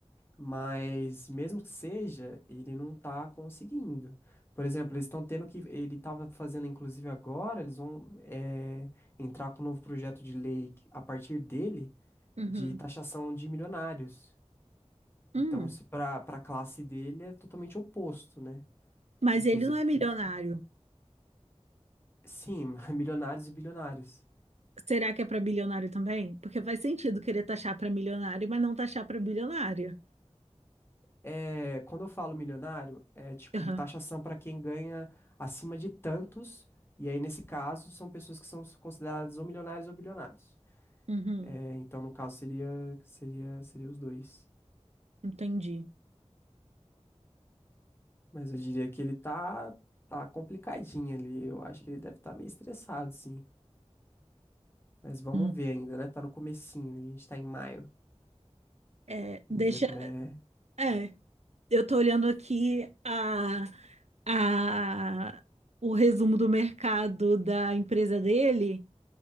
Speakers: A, on the left (about 20°); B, on the right (about 75°).
A: Mas mesmo que seja, ele não tá conseguindo. Por exemplo, eles estão tendo que. Ele estava fazendo, inclusive agora, eles vão eh, entrar com um novo projeto de lei que- a partir dele
B: Uhum.
A: de taxação de milionários.
B: Hum.
A: Então, isso para para a classe dele é totalmente oposto, né?
B: Mas
A: Inclusive,
B: ele não é milionário.
A: eles- sim, <laughs> milionários e bilionários.
B: Será que é para bilionário também? Porque faz sentido querer taxar para milionário, mas não taxar para bilionário.
A: É, quando eu falo milionário, é tipo
B: Aham.
A: taxação para quem ganha acima de tantos, e aí nesse caso são pessoas que são consideradas ou milionários ou bilionários.
B: Uhum.
A: É, então no caso seria seria seria os dois.
B: Entendi.
A: Mas eu diria que ele tá tá complicadinho ali. Eu acho que ele deve estar meio estressado, sim. Mas vamos
B: Hum.
A: ver ainda, né? Tá no comecinho, a gente tá em maio.
B: É,
A: Vamos
B: deixa.
A: ver como é.
B: É, eu tô olhando aqui a, a, o resumo do mercado da empresa dele